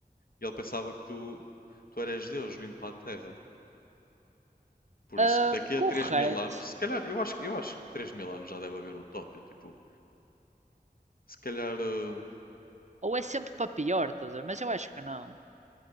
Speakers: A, on the left; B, on the right.
A: E ele pensava que tu, tu eras Deus vindo para a Terra. Por
B: Hum,
A: isso, daqui a
B: correto.
A: 3 mil anos, se calhar, eu acho, eu acho que 3 mil anos já deve haver utopia. Tipo, se calhar, eh,
B: Ou é sempre para pior, estás a ver? Mas eu acho que não.